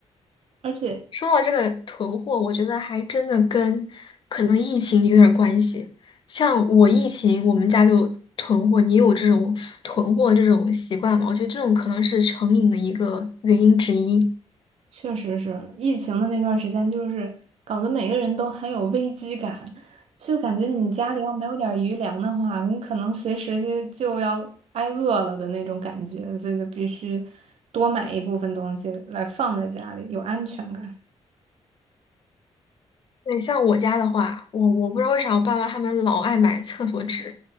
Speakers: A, on the right (about 80°); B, on the left (about 50°).
A: 而且
B: 说到这个囤货，我觉得还真的跟可能疫情有点儿关系。像我疫情，我们家就囤货，你有这种囤货这种习惯吗？我觉得这种可能是成瘾的一个原因之一。
A: 确实是疫情的那段时间，就是搞得每个人都很有危机感，就感觉你家里要没有点儿余粮的话，你可能随时就就要挨饿了的那种感觉，所以就必须多买一部分东西来放在家里，有安全感。
B: 对，像我家的话，我我不知道为啥我爸妈他们老爱买厕所纸。